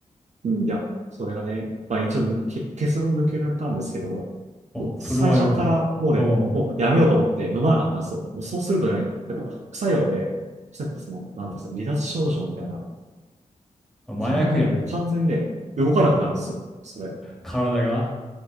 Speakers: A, on the right (about 55°); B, in the centre.
A: うん、いや、それがね、まあ一応抜け、結論抜けられたんですけど、
B: あ、
A: もう最初からもうね、
B: それはよかった。うんうん。
A: もうやめようと思って飲まなかったんですよ。もうそうするとね、やっぱ副作用で、さっきその、なんていうんですか、離脱症状みたいな、
B: あ麻薬やん。
A: 体がね、もう完全にね、動かなくなるんですよ。それ。
B: 体が。